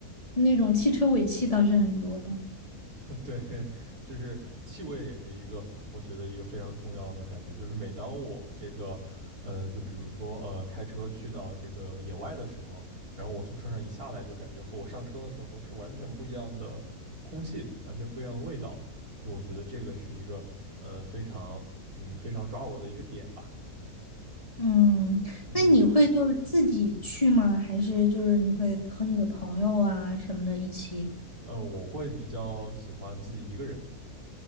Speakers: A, on the left; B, on the right.
A: 那种汽车尾气倒是很多的。
B: 对，<laughs> 就是气味也是一个，我觉得一个非常重要的感觉。就是每当我这个，嗯，就比如说呃，开车去到这个野外的时候，然后我从车上一下来，就感觉和我上车的时候是完全不一样的空气，完全不一样的味道。就我觉得这个是一个，呃，非常，嗯，非常抓我的一个点吧。
A: 嗯，
B: 嗯
A: 那你会就是自己去吗？还是就是你会和你的朋友啊什么的一起？
B: 嗯，呃我会比较喜欢自己一个人，